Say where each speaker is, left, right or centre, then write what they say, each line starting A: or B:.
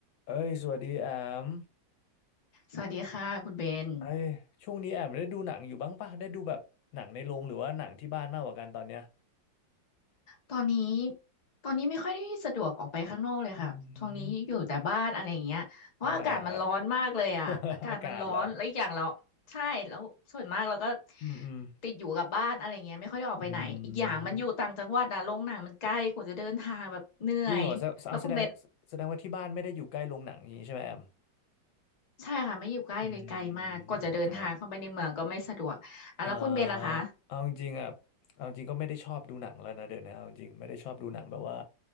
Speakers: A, on the left; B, on the left.
A: เอ้ยสวัสดีแอม
B: สวัสดีค่ะคุณเบน
A: เอ้ยช่วงนี้แอมได้ดูหนังอยู่บ้างป่ะได้ดูแบบหนังในโรงหรือว่าหนังที่บ้านมากกว่ากันตอนเนี้ย
B: ตอนนี้ตอนนี้ไม่ค่อยได้สะดวกออกไปข้างนอกเลยค่ะช่วงนี้อยู่แต่บ้านอะไรอย่างเงี้ยเพราะอากาศมันร้อนมากเลยอ่ะอากาศมันร้อนแล้วอีกอย่างเราใช่แล้วส่วนมากเราก็
A: อืมทำไมอะครับ <laughs> อากาศเหรออืมอืม
B: ติดอยู่กับบ้านอะไรเงี้ยไม่ค่อยได้ออกไปไหน
A: อื
B: อีกอย่างมันอยู่ต่างจังหวัดอะโรงหนังมันใกล้กว่าจะเดินทางแบบเหนื่อย
A: มจริงเหรอแสดแสดงว่าแสดงว่าที่บ้านไม่ได้อยู่ใกล้โรงหนังอย่างนี้ใช่ไหมแอม
B: แล้วคุณเบนใช่ค่ะไม่อยู่ใกล้เลยไกลมากกว่าจะเดินทางเข้าไปในเมืองก็ไม่สะดวกอ่ะแล้วคุณเบนล่ะคะ
A: อืมโอเค อ่าเอาจริงๆอ่ะเอาจริงก็ไม่ได้ชอบดูหนังแล้วนะเดี๋ยวนี้เอาจริงไม่ได้ชอบดูหนังแบบว่า